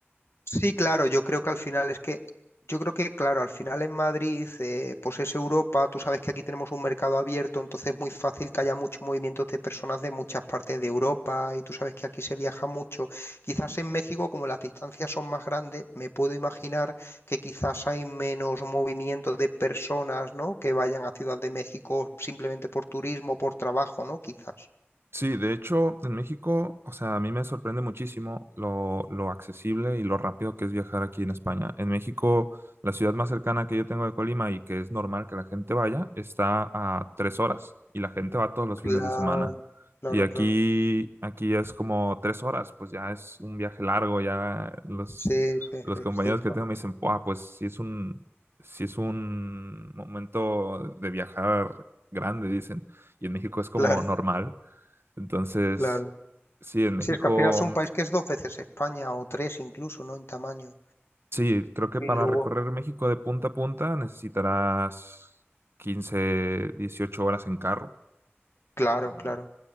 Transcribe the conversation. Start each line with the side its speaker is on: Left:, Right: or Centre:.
Left: Sí, claro, yo creo que al final es que, yo creo que, claro, al final en Madrid, eh, pues es Europa, tú sabes que aquí tenemos un mercado abierto, entonces es muy fácil que haya muchos movimientos de personas de muchas partes de Europa y tú sabes que aquí se viaja mucho. Quizás en México, como las distancias son más grandes, me puedo imaginar que quizás hay menos movimiento de personas, ¿no? Que vayan a Ciudad de México simplemente por turismo, por trabajo, ¿no? Quizás.
Right: Sí, de hecho, en México, o sea, a mí me sorprende muchísimo lo, lo accesible y lo rápido que es viajar aquí en España. En México, la ciudad más cercana que yo tengo de Colima y que es normal que la gente vaya, está a tres horas y la gente va todos los
Left: Claro,
Right: fines de semana.
Left: claro,
Right: Y aquí,
Left: claro.
Right: aquí es como tres horas, pues ya es un viaje largo, ya los,
Left: Sí, sí,
Right: los
Left: sí,
Right: compañeros
Left: es cierto.
Right: que tengo me dicen, "Buah, pues sí es un, sí es un momento de viajar grande, dicen. Y en México es como
Left: <laughs> Claro,
Right: normal. Entonces,
Left: claro.
Right: sí, en México,
Left: Si es que al final es un país que es dos veces España o tres incluso, ¿no? En tamaño.
Right: sí, creo que
Left: Y
Right: para
Left: luego,
Right: recorrer México de punta a punta necesitarás 15 18 horas en carro.
Left: claro,
Right: Y,
Left: claro.